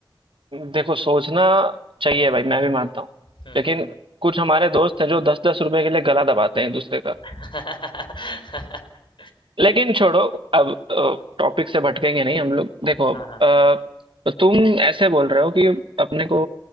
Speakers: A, on the right; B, on the left.
A: देखो सोचना चाहिए भाई, मैं भी मानता हूँ।
B: हुँ,
A: लेकिन
B: हुँ।
A: कुछ हमारे दोस्त हैं जो दस दस रुपए के लिए गला दबाते हैं एक दूसरे का।
B: <laughs>
A: लेकिन छोड़ो, अब टॉपिक से भटकेंगे नहीं हम लोग। देखो
B: हाँ, हाँ।
A: अ, तो तुम ऐसे बोल रहे हो कि अपने को